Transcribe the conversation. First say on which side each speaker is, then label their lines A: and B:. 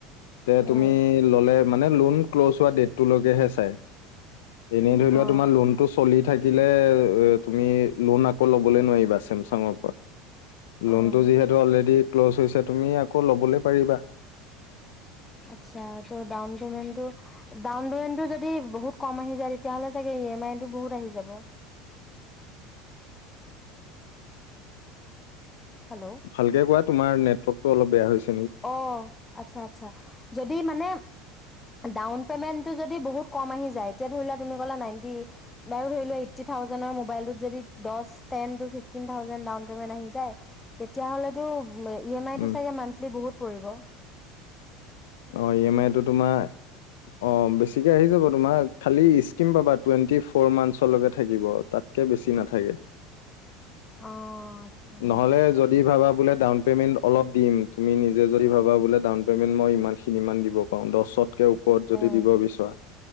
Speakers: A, on the left; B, on the left.
A: তে
B: উম
A: তুমি ল'লে মানে লোন ক্ল'জ হোৱা ডেটটোলৈকে হে চাই। এনেই ধৰি
B: অ
A: লোৱা, তোমাৰ লোনতটো চলি থাকিলে তুমি লোন আকৌ ল'বলৈ নোৱাৰিবা চেমচাঙৰ পৰা।
B: অ'।
A: লোনটো যিহেতু অলৰেডি ক্ল'জ হৈছে তুমি আকৌ ল'বলৈ পাৰিবা।
B: আতচ্ছা, ত' ডাউন পেমেণ্টটো ডাউনপেমেণ্টটো যদি বহুত কম আহি যায়, তেতিয়া হ'লে চাগে ই এম আই টো বহুত আহি যাব। হেল্ল'
A: ভালকে কোৱা তোমাৰ নেটৱৰ্ক অলপ বেয়া হৈছ
B: অ', আতচ্ছা আতচ্ছা। যদি মানে ডাউন পেমেণ্টটো যদি বহুত কম আহি যায়, এতিয়া ধৰি লোৱা তুমি ক'লা নাইনটি বাৰু, ধৰি লোৱা এইট্টি থাউজেণ্ডৰ মোবাইলটোত যদি দচ ten two fifteen thousand down payment আহি যায়, তেতিয়া হ'লেতো উ, ই এম আই
A: উম,
B: টো চাগে মানথ বুহুত পৰিব।
A: অ', ই এম আইটো তোমাৰ অ', বেছিকে আহি যাব, তোমাৰ খালি স্কিম পাবা টুৱেণ্টি ফ'ৰ মান্থছলৈকে থাকিব, তাতকৈ বেছি নাথাকে।
B: অ'। আচ্ছা
A: নহলে যদি ভাবা বোলে ডাউন পে'মেণ্ট অলপ দিম। তুমি নিজে যদি ভাবা, বোলে ডাউন পে'মেণ্ট মই ইমানখিনিমান দিব পাৰোঁ, দছত তকে ওপৰত যদি
B: উম
A: দিব বিচৰা।